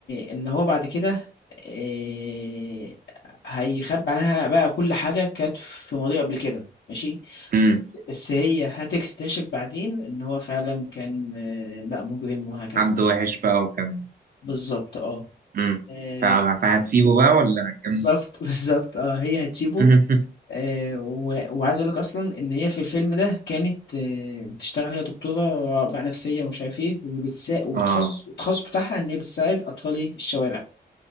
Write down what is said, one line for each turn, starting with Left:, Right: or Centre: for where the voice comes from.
Left: آه، ان هو بعد كده آه، هيخبي عنها بقى كل حاجه كانت في ماضيه قبل كده ماشي
Right: مم.
Left: بس هي هتكتشف بعدين ان هو فعلا كان آه، بقى مجرم وهكذا
Right: حد وحش بقى وكان
Left: بالظبط اه
Right: امم
Left: آه،
Right: ف- فهتسيبه بقى ولا هتكمل
Left: بالظبط <laughs> بالظبط اه هي هتسيبه
Right: <laughs> مم.
Left: آه، و- وعايز اقول لك اصلا ان هي في الفيلم ده كانت آه، بتشتغل هي دكتوره بقى نفسيه ومش عارف ايه وبتسا... والتخصص
Right: اه
Left: التخصص بتاعها ان هي بتساعد اطفال إيه، الشوارع